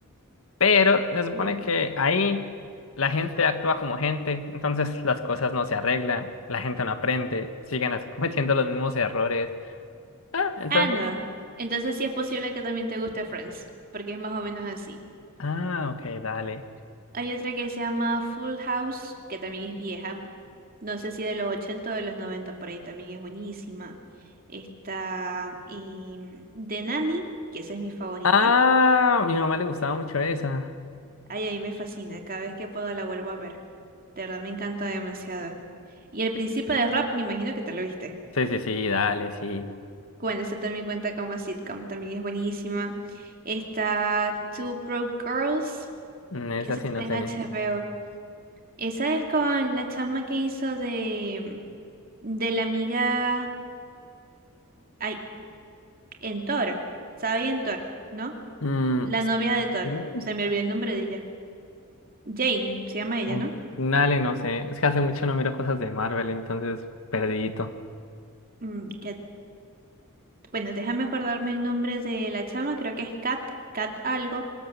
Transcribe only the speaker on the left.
Pero se supone
que ahí la gente actúa como gente, entonces las cosas no se arreglan, la gente no aprende, siguen así <laughs> cometiendo los mismos errores. Ah, entonces,
ah, ok, dale.
Ah, a mi mamá le gustaba mucho esa.
Sí, sí, sí, dale, sí.
Mm, Esa
sí,
no sé.
Mm,
sí,
oh,
Dale, no sé. Es que hace mucho no miro cosas de Marvel, entonces perdidito.